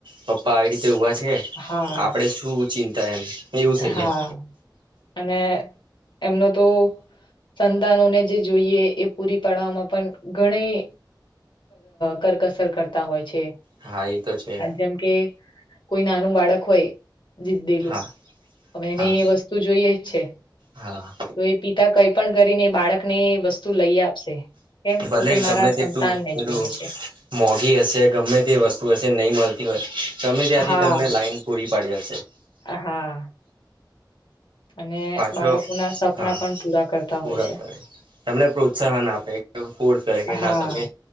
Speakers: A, on the right (about 85°); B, on the left (about 80°).
A: પપ્પા આવી રીતે ઉભા છે
B: હા
A: આપડે શું ચિંતા એમ એવું થઈ
B: હા
A: જાય
B: અને એમનો તો સંતાનોને જે જોઈએ એ પૂરી પાડવામાં પણ ઘણી કરકસર કરતા હોય છે
A: હા એ તો છે
B: જેમ કે કોઈ ના નું બાળક હોય જીદ્દીલું
A: હા
B: હવે એને
A: હા
B: એ વસ્તુ જોઈએ જ છે
A: હા
B: તો એ પિતા કઈ પણ કરીને બાળક ની વસ્તુ લઈ આપશે કેમ
A: ભલે
B: તો કે મારા
A: ગમે તેટલું
B: સંતાનને
A: પેલું
B: જોઈએ છે
A: મોઘી હશે ગમે તે વસ્તુ હશે નહી મળતી હોય તમે ત્યાંથી
B: હા,
A: તમને લાઈન પૂરી પાડ્યા
B: હા અને
A: પાછો
B: બાળકોના સપના
A: હા
B: પણ પૂરા કરતા
A: પૂરા
B: હોય છે.
A: કરે તમને પ્રોત્સાહન આપે કે ફોર્સ કરે કે
B: હા,
A: ના તમે